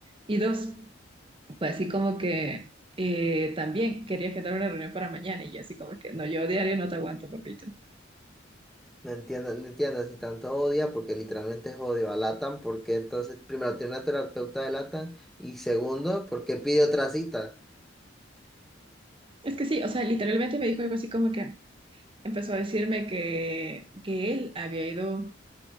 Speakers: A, on the right; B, in the centre.
A: Y dos, pues así como que eh, también quería agendar una reunión para mañana y yo así como que, no, yo diario no te aguanto, papito.
B: No entiendo, no entiendo si tanto odia, porque literalmente es odio a LATAM, porque entonces, primero, tiene una terapeuta de LATAM y segundo, ¿por qué pide otra cita?
A: Es que sí, o sea, literalmente me dijo algo así como que empezó a decirme que, que él había ido